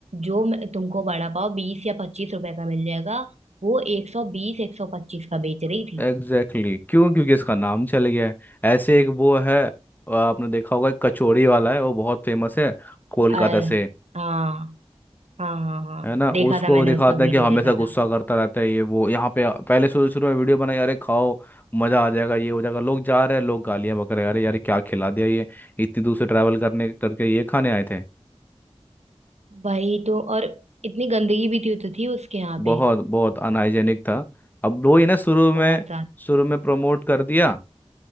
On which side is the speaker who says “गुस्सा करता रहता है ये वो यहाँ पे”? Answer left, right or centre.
Left